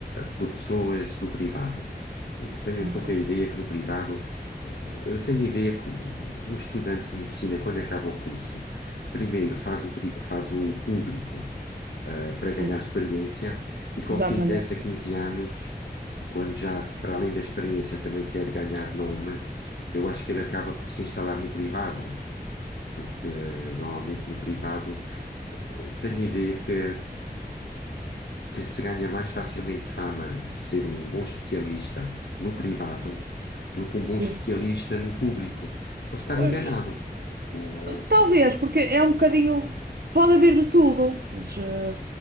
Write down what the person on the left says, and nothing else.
por pessoas do privado. Tenho
um pouco a ideia que no privado, eh, eu tenho a ideia que o- um estudante de medicina, quando acaba o curso, primeiro faz o, pri- faz o público ah, para
ganhar experiência e que
ao fim de 10 a 15 anos quando já, para além da experiência, também quer ganhar nome, eu acho que ele acaba por se instalar no privado, porque eh, normalmente no privado eh, tenho a ideia que, que se ganha mais facilmente fama de ser um bom especialista no privado do que um bom
especialista no público. Posso estar
enganado. O, eh,